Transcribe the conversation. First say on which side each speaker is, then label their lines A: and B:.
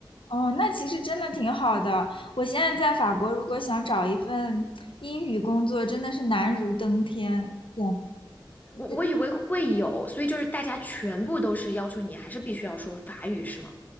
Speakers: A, on the left; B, on the left.
A: 哦，那其实真的挺好的。我现在在法国，如果想找一份英语工作，真的是难如登天，简直。
B: 我我以为会有，所以就是大家全部都是要求你还是必须要说法语，是吗？